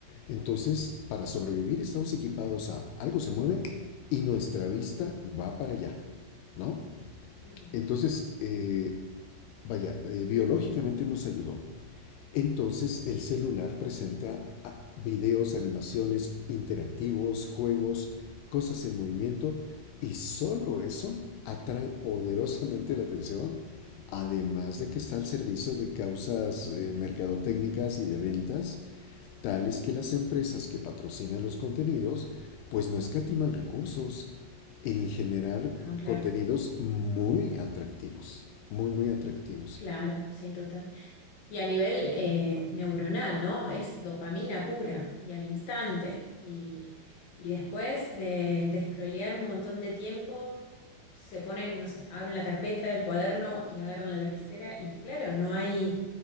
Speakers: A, on the left; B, on the left.
A: Entonces, para sobrevivir estamos equipados a algo se mueve y nuestra vista va para allá, ¿no?
B: ujú.
A: Entonces, eh, vaya, eh, biológicamente nos ayudó. Entonces el celular presenta ah, videos, animaciones interactivos, juegos, cosas en movimiento y solo eso atrae poderosamente la atención, además de que está al servicio de causas eh, mercadotécnicas y de ventas, tales que las empresas que patrocinan los contenidos pues no escatiman recursos en generar
B: No, claro,
A: contenidos muy atractivos, muy, muy atractivos.
B: claro, sí, total. Y a nivel eh, neuronal, ¿no? Es dopamina pura y al instante. Y, y después de, de scrollear un montón de tiempo, se ponen, no sé, abren la carpeta, el cuaderno y agarran la lapicera y claro, no hay,